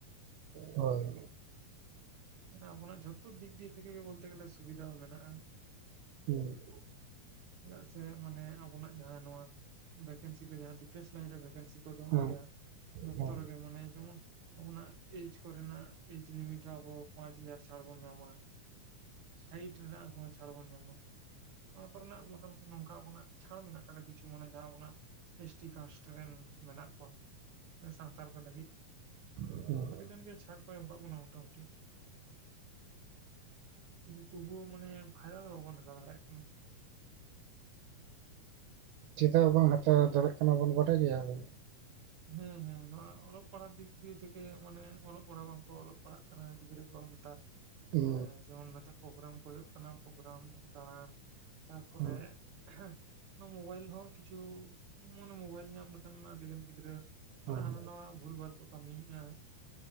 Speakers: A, on the right; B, on the right.
A: ᱦᱳᱭ,
B: ᱢᱟᱱᱮ ᱟᱵᱚᱱᱟᱜ ᱡᱷᱚᱛᱚ ᱫᱤᱠ ᱫᱤᱭᱮ ᱛᱷᱮᱠᱮ ᱜᱮ ᱵᱚᱞᱛᱮ ᱜᱮᱞᱮ ᱥᱩᱵᱤᱫᱷᱟ ᱦᱚᱸ ᱢᱮᱱᱟᱜ-ᱟ᱾
A: ᱦᱩᱸ
B: ᱪᱮᱫᱟᱜ ᱥᱮ ᱢᱟᱱᱮ ᱟᱵᱚᱱᱟᱜ ᱡᱟᱦᱟᱸ ᱱᱚᱣᱟ ᱵᱷᱮᱠᱮᱱᱥᱤ ᱠᱚ ᱡᱟᱦᱟᱸ ᱰᱤᱯᱷᱮᱱᱥ ᱞᱟᱭᱤᱱ ᱨᱮ ᱵᱷᱮᱠᱮᱱᱥᱤ ᱚᱰᱳᱝ
A: ᱦᱮᱸ
B: ᱚᱜ
A: ᱦᱮᱸ ᱦᱮᱸ
B: ᱜᱮᱭᱟ ᱡᱚᱛᱚ
A: ᱦᱮᱸ
B: ᱨᱮᱜᱮ
A: ᱦᱮᱸ
B: ᱢᱟᱱᱮ ᱡᱮᱢᱚᱱ ᱟᱵᱚᱱᱟᱜ ᱮᱡᱽ ᱠᱚᱨᱮᱱᱟᱜ ᱮᱡᱽ ᱞᱤᱢᱤᱴ ᱦᱚᱸ ᱟᱵᱚ ᱯᱟᱸᱪ ᱦᱟᱡᱟᱨ ᱪᱷᱟᱲ ᱵᱚᱱ ᱧᱟᱢᱟ᱾ ᱥᱟᱭᱤᱴ ᱨᱮᱱᱟᱜ ᱦᱚᱸ ᱪᱷᱟᱲ ᱵᱚᱱ ᱧᱟᱢᱟ᱾ ᱱᱚᱣᱟ ᱠᱚᱨᱮ ᱱᱟᱜ ᱢᱚᱴᱟᱢᱩᱴᱤ ᱱᱚᱝᱠᱟ ᱟᱵᱚᱱᱟᱜ ᱪᱷᱟᱲ ᱢᱮᱱᱟᱜ ᱟᱠᱟᱫᱟ ᱠᱤᱪᱷᱩ ᱢᱟᱱᱮ ᱡᱟᱦᱟᱸ ᱟᱵᱚᱱᱟᱜ ᱮᱥ ᱴᱤ ᱠᱟᱥᱴ ᱨᱮᱱ ᱢᱮᱱᱟᱜ ᱠᱚᱣᱟ ᱥᱟᱱᱛᱟᱞ ᱠᱚ ᱞᱟᱹᱜᱤᱫ᱾
A: ᱦᱩᱸ
B: ᱟᱹᱰᱤ ᱜᱟᱱ ᱜᱮ ᱪᱷᱟᱲ ᱠᱚ ᱮᱢ ᱟᱠᱟᱫ ᱵᱚᱱᱟ ᱢᱚᱴᱟ-ᱢᱩᱴᱤ᱾ ᱠᱤᱱᱛᱩ ᱛᱚᱵᱩᱳ ᱢᱟᱱᱮ ᱯᱷᱟᱭᱫᱟ ᱫᱚ ᱵᱟᱵᱚᱱ ᱦᱟᱛᱟᱣ ᱫᱟᱲᱮᱭᱟᱜ ᱠᱟᱱᱟ᱾
A: ᱪᱮᱫᱟᱜ ᱵᱟᱝ ᱦᱟᱛᱟᱣ ᱫᱟᱲᱮᱭᱟᱜ ᱠᱟᱱᱟ ᱵᱚᱱ ᱵᱟᱰᱟᱭ ᱜᱮᱭᱟᱵᱤᱱ?
B: ᱦᱮᱸ ᱦᱮᱸ ᱱᱚᱣᱟ ᱚᱞᱚᱜ ᱯᱟᱲᱦᱟᱜ ᱫᱤᱠ ᱫᱤᱭᱮ ᱛᱷᱮᱠᱮ ᱢᱟᱱᱮ ᱚᱞᱚᱜ ᱯᱟᱲᱦᱟᱜ ᱵᱟᱝ ᱠᱚ ᱚᱞᱚᱜ ᱯᱟᱲᱦᱟᱜ ᱠᱟᱱᱟ ᱜᱤᱫᱽᱨᱟᱹ ᱠᱚ ᱱᱮᱛᱟᱨ
A: ᱦᱩᱸ
B: ᱢᱟᱱᱮ ᱡᱮᱢᱚᱱ ᱱᱤᱛᱳᱜ ᱯᱨᱳᱜᱨᱟᱢ ᱠᱚ ᱦᱩᱭᱩᱜ ᱠᱟᱱᱟ ᱯᱨᱳᱜᱨᱟᱢ, ᱫᱟᱬᱟᱱ ᱛᱟᱨᱯᱚᱨᱮ
A: ᱦᱩᱸ
B: ᱦᱮᱸ ᱱᱚᱣᱟ ᱢᱳᱵᱟᱭᱤᱞ ᱦᱚᱸ ᱠᱤᱪᱷᱩ ᱢᱟᱱᱮ ᱢᱳᱵᱟᱭᱤᱞ ᱧᱟᱢ ᱞᱮᱠᱷᱟᱱ ᱢᱟ ᱟᱹᱰᱤᱜᱟᱱ ᱜᱤᱫᱽᱨᱟᱹ ᱢᱟᱱᱮ
A: ᱦᱩᱸ
B: ᱦᱟᱱᱟ ᱱᱟᱣᱟ ᱵᱷᱩᱞᱵᱷᱟᱞ ᱠᱚ ᱠᱟᱹᱢᱤᱭᱮᱫᱼᱟ,